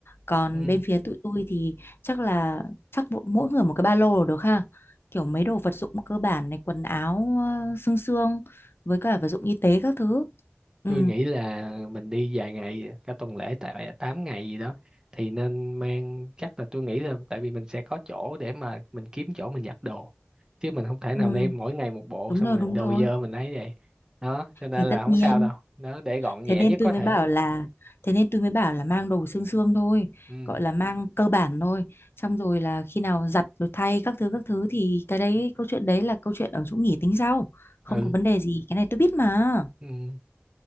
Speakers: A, on the left; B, on the right.
A: còn
B: ừ.
A: bên phía tụi tôi thì chắc là chắc mỗi mỗi người một cái ba lô là được ha kiểu mấy đồ vật dụng cơ bản này quần áo ờ, xương xương với cả vật dụng y tế các thứ ừ
B: tôi nghĩ là mình đi vài ngày cả tuần lễ tại 8 ngày gì đó thì nên mang chắc là tôi nghĩ là tại vì mình sẽ có chỗ để mà mình kiếm chỗ mình giặt đồ chứ mình không thể
A: ừ
B: nào đem mỗi ngày một bộ
A: đúng
B: xong
A: rồi
B: rồi
A: đúng
B: đồ
A: rồi
B: dơ mình ấy vậy đó cho nên
A: thì
B: là
A: tất
B: không
A: nhiên
B: sao đâu đó để gọn nhẹ
A: thế nên
B: nhất
A: tôi
B: có
A: mới
B: thể
A: bảo là thế nên tôi mới bảo là mang đồ xương xương thôi
B: ừ
A: gọi là mang cơ bản thôi xong rồi là khi nào giặt rồi thay các thứ các thứ thì cái đấy câu chuyện đấy là câu chuyện ở chỗ nghỉ tính sau không
B: ừ
A: có vấn đề gì cái này tôi biết mà
B: ừ